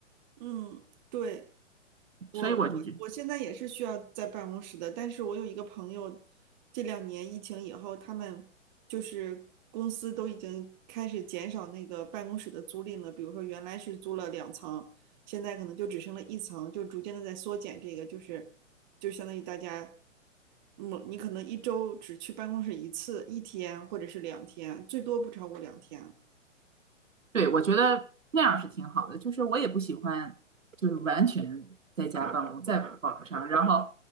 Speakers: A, on the right; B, on the right.
A: 嗯，对。我我我现在也是需要在办公室的，
B: 所以我就觉
A: 但是我有一个朋友，这两年疫情以后，他们就是公司都已经开始减少那个办公室的租赁了，比如说原来是租了两层，现在可能就只剩了一层，就逐渐的在缩减这个，就是就相当于大家，嗯，你可能一周只去办公室一次，一天或者是两天，最多不超过两天，
B: 对，我觉得那样是挺好的。就是我也不喜欢，就是完全在家办公，在网不上，然后，